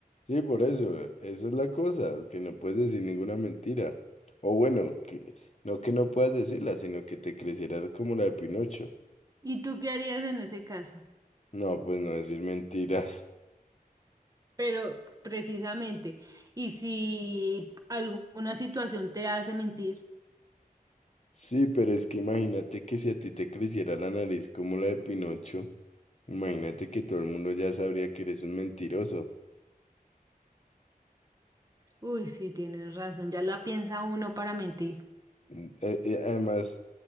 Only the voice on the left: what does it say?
Sí, por eso, eso es la cosa, que no puedes decir ninguna mentira. O bueno, que, no que no puedas decirla, sino que te creciera como la de Pinocho.
No, pues no decir mentiras. <laughs>
Sí, pero es que imagínate que si a ti te creciera la nariz como la de Pinocho, imagínate que todo el mundo ya sabría que eres un mentiroso.
Mm, eh, eh, además,